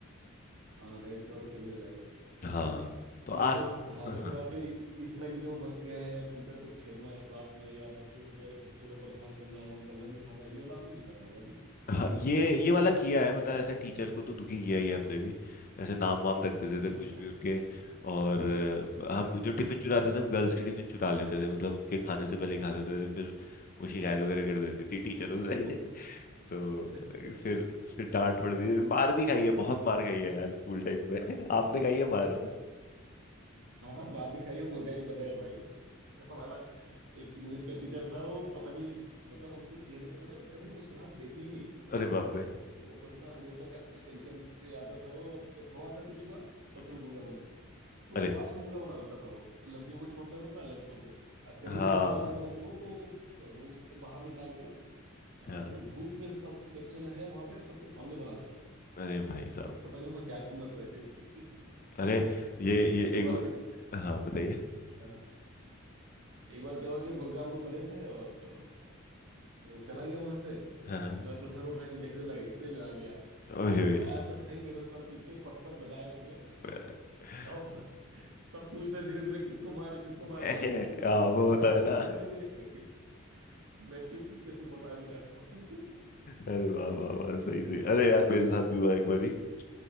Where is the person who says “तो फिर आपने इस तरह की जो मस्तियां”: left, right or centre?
Right